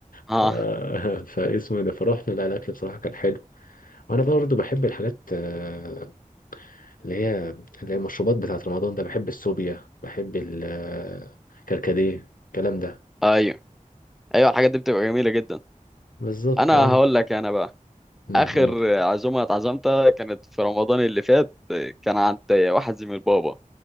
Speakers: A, in the centre; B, on the left.
A: اه
B: ف... <laughs> فاسمه ده فرحنا لا الاكل بصراحه كان حلو وانا برضو بحب الحاجات آه، اللي هي اللي هي المشروبات بتاعت رمضان ده بحب السوبيا بحب الكركديه الكلام ده
A: ايوه ايوه الحاجات دي بتبقى جميله جدا
B: بالظبط
A: انا
B: اه
A: هقول لك انا بقى
B: أمم،
A: اخر
B: قول
A: عزومه اتعزمتها كانت في رمضان اللي فات كان عند واحد زميل بابا